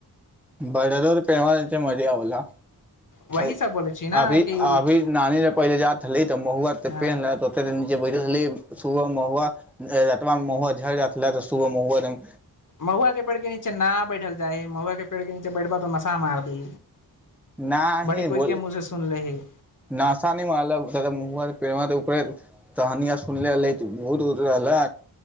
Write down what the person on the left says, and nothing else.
वही
सब बोले छी ने
कि
हँ
महुआ के पेड़ के नीचे ना बैठल जाय महुआ के पेड़ के नीचे बैठबा तऽ नशा मार दै
बड़ी कोइ
के मुँह से सुनले हे